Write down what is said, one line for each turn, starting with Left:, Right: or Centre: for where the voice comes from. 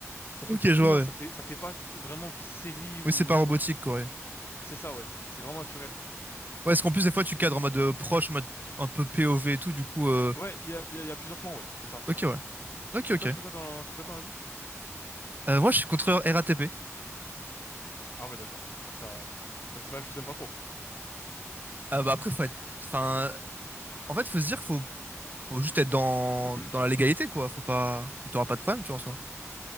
Left: Ça fait
Right: Ok,
Left: très
Right: je
Left: humain,
Right: vois,
Left: ça
Right: ouais.
Left: fait, ça fait pas qui- vraiment série ou...
Right: Oui, c'est pas
Left: Tu
Right: robotique,
Left: vois?
Right: quoi, ouais.
Left: C'est ça, ouais. C'est vraiment naturel.
Right: Ouais, est-ce qu'en plus, des fois, tu cadres en mode euh, proche, en mode un peu POV et tout, du coup... euh,
Left: Ouais, il y a, il y a, il y a plusieurs plans, ouais. C'est ça, c'est
Right: Ok,
Left: ça.
Right: ouais. Ok,
Left: Et
Right: ok.
Left: toi, tu fais quoi dans, tu fais quoi dans la vie?
Right: Euh, moi, je suis contrôleur RATP.
Left: Ah ouais, d'accord. Bah ça, ouais. Bah, je, bah, je vous aime pas trop.
Right: Euh, bah, après, faut être. Enfin, en fait, faut se dire, qu'il faut, faut juste être dans,
Left: <clears throat>
Right: dans la légalité, quoi. Faut pas. Tu t'auras pas de problème, tu vois, en soi.